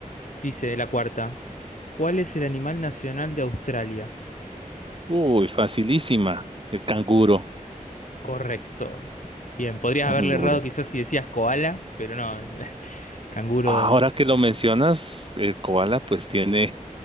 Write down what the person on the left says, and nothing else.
Dice la cuarta. ¿Cuál es el animal nacional de Australia?
Correcto. Bien, podrías
haberle errado quizás si decías koala, pero no, <laughs> canguro